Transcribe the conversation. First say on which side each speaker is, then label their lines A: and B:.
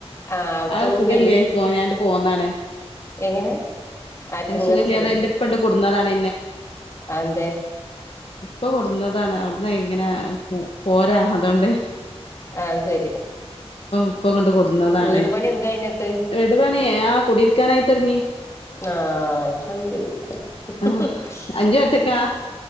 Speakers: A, on the left; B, on the left.
A: ആ അവിടുത്തൊന്നും
B: അഹ സുഖമല്ലേ
A: കഴിഞ്ഞിട്ടില്ല
B: പോ ഞാണ്ട് പോവുന്നന്നാണ്
A: എങ്ങനെ ആർക്ക്ും
B: ഞാൻ
A: ഇങ്ങക്ക്
B: സുഖല്ലാതെ
A: സുഖില്ലേ
B: എന്റെ ഇപ്പണ്ട് കൊടുന്നതാണ്
A: അത
B: ഇപ്പൊ കൊടുന്നതാണ് അവിടന്ന് ഇങ്ങനെ പോരാ അതൊണ്ട്േ
A: അ ശരി
B: ഇപ്പം കൊണ്ട് കൊടുന്നതാണ്
A: വീട് പണി എന്തായിുന്നിട്ട്
B: വീട് പണി ആ കുടിയിരിക്കാനായിത്തു ഇറങ്ങി.
A: ആഹ് <unintelligible>
B: ആ അഞ്ചു ഒറ്റക്കാ